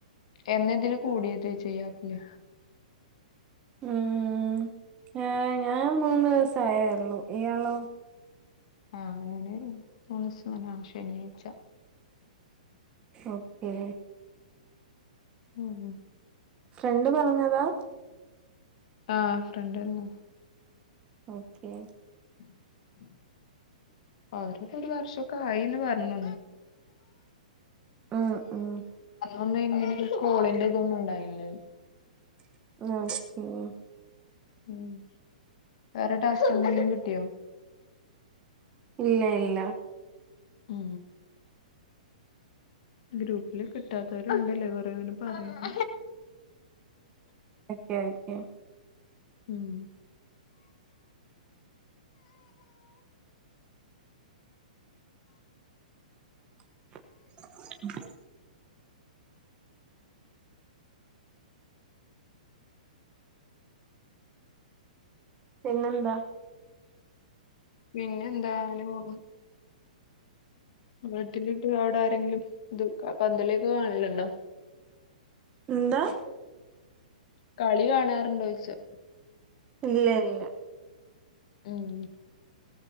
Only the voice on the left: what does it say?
എന്നതില് കൂടിയത് ചെയ്യാപ്പ്‌ല്
ആ ഞാന് മൂന്ന് ദിവസം തന്നെ ശനിഴായ്ച്ച
ഹ് ഹ്
ആ ഫ്രണ്ട് പർഞ്ഞ
ഉ ഉം അവര് ഒരു വർഷൊക്കെ ആയിന്ന് പറഞ്ഞു
ഒന്നും ഇങ്ങനെ കോളിന്റെ ഇതൊന്നും ഉണ്ടായില്ലേ
ഉം വേറെ ാവസ് എും കിട്ടിയോ
അ ആ ഗ്രൂപ്പില് കിട്ടാത്തവരുണ്ട്ല്ലോ കുറേ അങ്ങനെ പറയുന്ന
ഉം
പിന്നെ എന്താ അങ്ങനെ പോന്നു വീട്ടിലിട്ട് അവിടെ ആരെങ്കിലും ഇത് പന്തലേക്ക് കാണലുണ്ടോ
കളി കാണാറുണ്ടോ ചോയിച്ചാ
ഉം